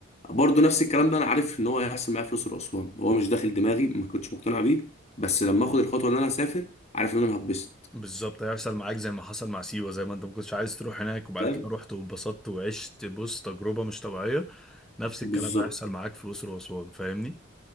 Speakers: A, on the left (about 30°); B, in the centre.
A: برضو نفس الكلام ده انا عارف ان هو هيحصل معايا في الاقصر واسوان هو مش داخل دماغي ما كنتش مقتنع بيه بس لما اخد الخطوه ان انا اسافر عارف ان انا هتبسط
B: بالظبط هيحصل معاك زي ما حصل مع سيوة زي ما انت ما كنتش عايز تروح هناك وبعد
A: فاهم
B: كده رحت واتبسطت وعشت بص تجربة مش طبيعية نفس
A: بالظبط
B: الكلام هيحصل معاك في الأقصر وأسوان فاهمني